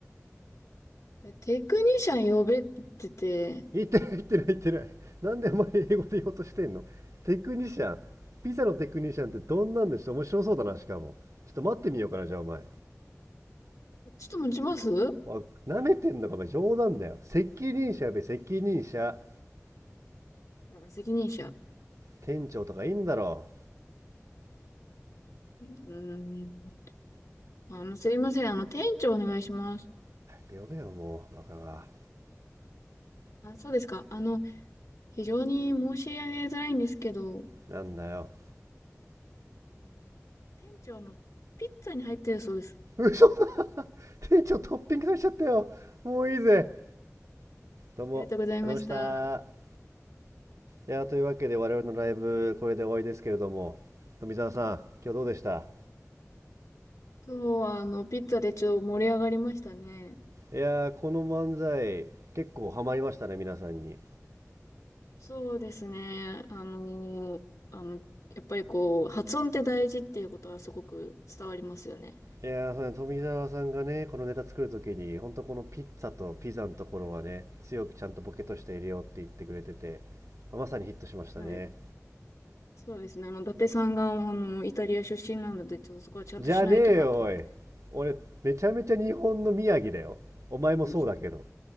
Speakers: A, on the left; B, on the right.
A: テクニシャン呼べって言ってて、
B: 言ってない言ってない言ってないなんでお前英語で言おうとしてんのテクニシャンピザのテクニシャンってどんなんでしょう面白そうだなしかもちょっと待ってみようかなじゃあお前
A: ちょっと持ちます
B: おい舐めてんのかお前冗談だよ責任者やべ責任者
A: 責任者。
B: 店長とかいいんだろ
A: うーん。あの、すいません、あの、店長お願いします。
B: 早く呼べよもうバカが
A: あ、そうですか。あの、非常に申し上げづらいんですけど、あ
B: なんだよ
A: の店長、あの、ピッツァに入ってるそうです。
B: 嘘だ店長トッピングされちゃったよもういいぜどうもありがとうございました
A: ありがとうございました。
B: いやーというわけで我々のライブこれで終わりですけれども富澤さん今日どうでした
A: そう、あの、ピッツァでちょっと盛り上がりましたね。
B: いやー、この漫才、結構ハマりましたね、皆さんに。
A: そうですね。あのーあの、やっぱりこう、発音って大事っていうことはすごく伝わりますよね。
B: いやー、そうね、富澤さんがね、このネタ作るときに、ほんとこのピッツァとピザのところはね、強くちゃんとボケとして入れようって言ってくれてて、まさにヒットしましたね。
A: はい。そうですね。あの、伊達さんが、あの、イタリア出身なので、ちょっとそこはちゃんとしないとなと思って。
B: じゃねえよ、おい。俺、めちゃめちゃ日本の宮城だよ。お前もそうだけど。
A: <laughs> い